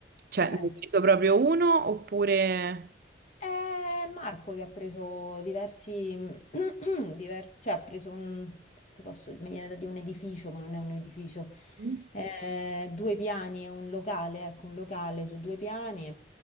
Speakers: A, on the right; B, on the left.
A: cioè,
B: Eh.
A: ne hai preso proprio uno oppure...
B: È Marco che ha preso diversi, <clears throat> diver- cioè ha preso un, che ti posso, mi viene da dire un edificio, ma non è un edificio,
A: Mm.
B: Eh, due piani, è un locale, ecco, un locale su due piani,